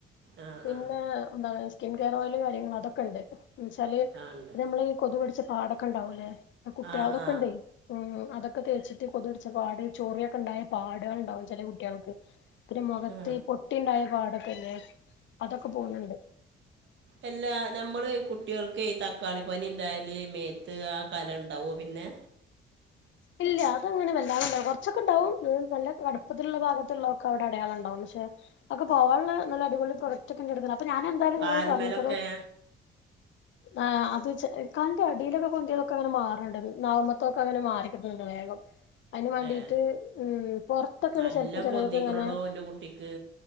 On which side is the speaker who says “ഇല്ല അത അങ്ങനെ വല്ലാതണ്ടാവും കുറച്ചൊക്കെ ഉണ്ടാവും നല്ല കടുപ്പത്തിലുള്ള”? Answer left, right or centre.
Left